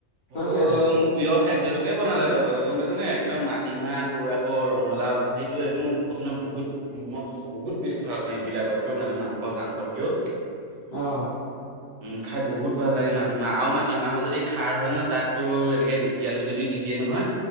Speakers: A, on the left; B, on the right.
A: তই
B: অ',
A: কিহে খালি?
B: মোক প্ৰিয় খাদ্যটোকে বনালে তহঁতৰ ঘৰত গম পাইছ নে একদম মাটিমাহ তোৰ আকৌ ৰঙালাউ ভাজি এইটো মই কৈছোঁ নহয়, বহুত মই বহুত বেছি ভাল পাওঁ এইবিলাকতকেও মানে মাংস চাংসতকেও।
A: অ'।
B: উম, খাই বহুত ভাল লাগে মাটিমাহ আৰু মাটিমাহৰ যদি খাৰ হয় ন তাত তো এনেকে গুঠি আলু যদি দি দিয়ে নহয়